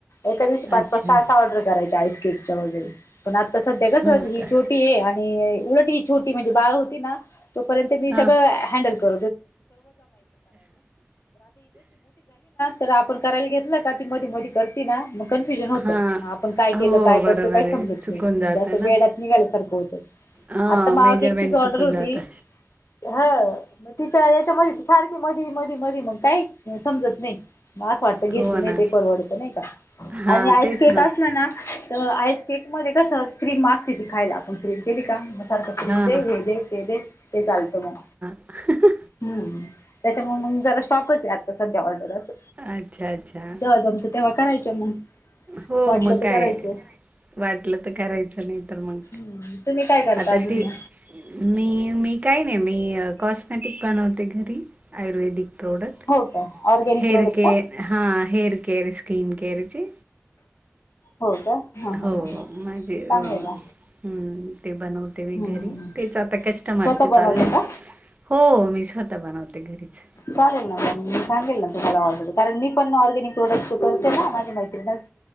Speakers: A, on the left; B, on the right.
A: एका दिवशी पाच
B: अच्छा
A: पाच सहा असा ऑर्डर करायचा आईसकेकच्या वगैरे पण आता सध्या कस
B: हो
A: ही
B: का
A: ज आणि उलटीी छोटी म्हणजे बाळ होती ना तोपर्यंत मी
B: हा
A: सगळं क तर आपण करायला घेतलं का ती म म कर ना होतग
B: हा
A: आपण काय
B: हो
A: के काय
B: बरोबर
A: करत काही समत
B: आहे चुकून
A: नाही म्हणजे
B: जातं
A: असं
B: ना
A: वेड्यात निघाल्यासारखं होतं
B: हा
A: आता मावा
B: मेजरमेंट
A: केकचीच ऑर्डर
B: चुकून
A: होती
B: जातं
A: हा मग तिच्या याच्यामध्ये सारखी मधी मधी मधी मग काही समजत नाही म असं वाटतं घेतली
B: हो
A: नाही
B: ना
A: ते परवडत नाही का
B: हा
A: आणि आईसकक
B: तेच
A: असला ना तर आईस केक मध्ये कस क्रीम मारती ती खायला आपण क्रीम केली का सारख फिंग
B: हा
A: दे
B: हा
A: हे दे ते दे ते चालतो मग
B: ह
A: हम् त्याच्यामुळे मग जरा शॉपच आहे आता सध्या ऑर्डर अस
B: अच्छा अच्छा
A: जेव्हा जमतं तेव्हा करायचं मग
B: हो
A: वाटलं
B: मग
A: तर
B: काय
A: करायचं
B: वाटलं तर करायचं नाही तर मग
A: हम्म तुम्ही काय करता
B: आता
A: अजून
B: तेी
A: मग
B: मी मी काय नाही मी कॉस्मॅटिक बनवते घरी आयुर्वेदिक प्रोडक्ट
A: हो का ऑर्गॅनिक
B: हेअर
A: रोड
B: केअर
A: का
B: हां हेअर केअर स्कीिन केअरची
A: हो का हा हा
B: हो
A: हा
B: माझे
A: चांगलं आहे ना
B: हम्म ते बनवते
A: हम्म
B: मी घरी
A: हम्म
B: तेच आता कस्टमरचे
A: स्वतः बनवता
B: चालले
A: का?
B: हो मी स्वतः बनवते घरीच
A: चालेल ना मी सांगेल ना तुम्हाला ऑलरडी कारण मी पण ऑर्गॅनिक प्रोडक्ट् करते ना माझी मैत्रीण